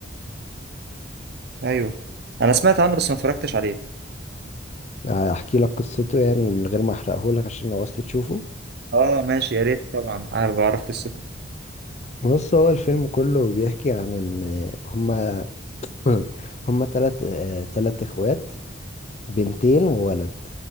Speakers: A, on the right; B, on the left.
A: ايوه انا سمعت عنه بس ما اتفرجتش عليه
B: احكي لك قصته يعني من غير ما احرقه لك عشان لو عايز تشوفه
A: اه ماشي يا ريت طبعا انا بعرف قصته
B: بص هو الفيلم كله بيحكي عن ان هما <clears throat> <laughs> هما تلات آه، تلات اخوات بنتين وولد